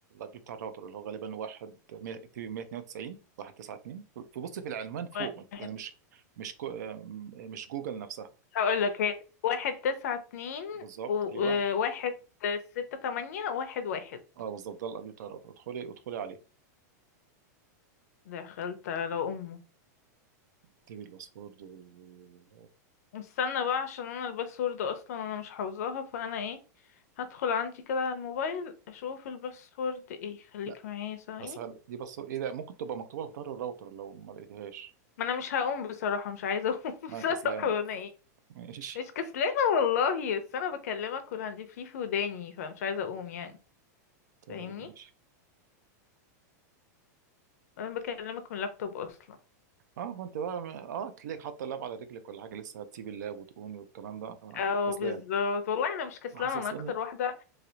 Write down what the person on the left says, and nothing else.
واحد
هقول لك هي واحد تسعة اتنين
وواحد
ستة تمانية واحد واحد
دخلت على أمه
استنى بقى عشان أنا الباسورد أصلا أنا مش حافظاها فأنا ايه هدخل عندي كده على الموبايل أشوف الباسورد ايه خليك
معايا ثواني
ما أنا مش هقوم بصراحة مش عايزة أقوم <laughs>
بصراحة
أنا ايه
مش كسلانة والله بس أنا بكلمك والهاند فري في وداني فمش عايزة أقوم يعني
فاهمني
أنا بكلمك من اللابتوب أصلا
اه
بالظبط والله انا مش كسلانه
انا اكتر واحده